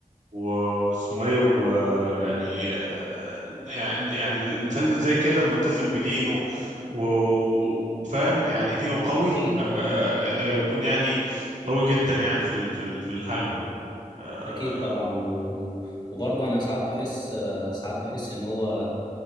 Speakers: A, on the right; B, on the left.
A: واسمه ايه ويعني آه، يعني يعني الانسان اللي زي كده ملتزم بدينه و- وفاهم يعني دينه قوي
B: اكيد
A: آه،
B: طبعا
A: آه، آه، يكون يعني قوي جدا يعني في ال- في ال- في الحلبة آه،
B: اكيد طبعا و... وبرضه انا ساعات بحس ساعات بحس ان هو